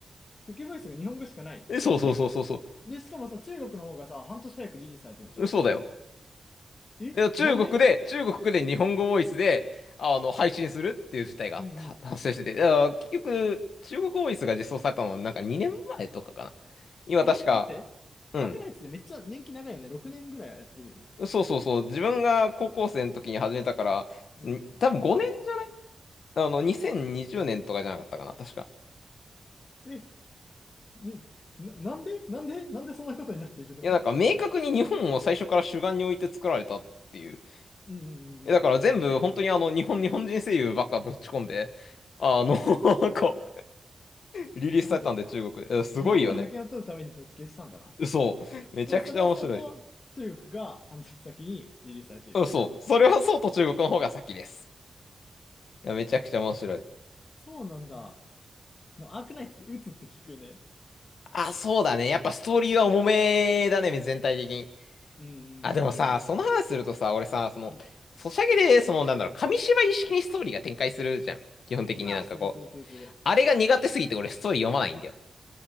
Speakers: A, on the left; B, on the left.
A: 初期ボイスが日本語しかない。
B: え、そうそうそうそうそ
A: えで、しかもさ、中国の方がさ、半年早くリリースされてるんでしょ
B: う。そうだよ。
A: えなんで
B: いや中国で、中国で日本語ボイスで、あの、配信するっていう事態があった、
A: うんうん。
B: 発生してて。いや結局、中国ボイスが実装されたの、なんか2年前とかかな。今確か、
A: え待って。
B: うん。
A: アークナイツでめっちゃ年季長いよね。6年ぐらいはやってるよね。
B: そうそうそう、自分が高校生の時に始めたから、
A: うん。
B: ん多分5年、あの、2020年とかじゃなかったかな、確か。
A: え、え、な、なんでなんでなんでそんなことになっているの
B: いや、なんか明確に日本を最初から主眼に置いて作られたっていう。
A: うんうんうんうん。
B: えだから全部本当にあの、日本、日本人声優ばっかぶち込んで、あの、<laughs> こう、リリースされたんで中国で。
A: なるほど。
B: えすごいよね。
A: 日本で覇権を取るために設計したんだな。
B: そう。めちゃくちゃ面白い。
A: でもそれはそうと、中国が半年先にリリースされている。
B: うんそう。それはそうと中国の方が先です。いやめちゃくちゃ面白い。
A: そうなんだ。アークナイツ打つって聞くよね。
B: あ、そうだね。やっぱストーリーは重めだね、全体的に。
A: うんうんうん
B: あ、でもさ、その話するとさ、俺さ、その、
A: うん。うん。
B: ソシャゲで、その、なんだろう、紙芝居式にストーリーが展開するじゃん。基本的になんかこう、
A: あ、するするするする。
B: あれが苦手すぎて俺ストーリー読まないんだよ。